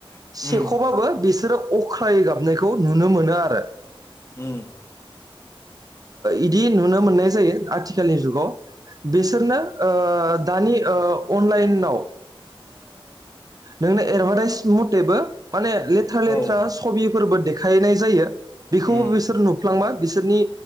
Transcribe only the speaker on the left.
उम
उम
औ
उम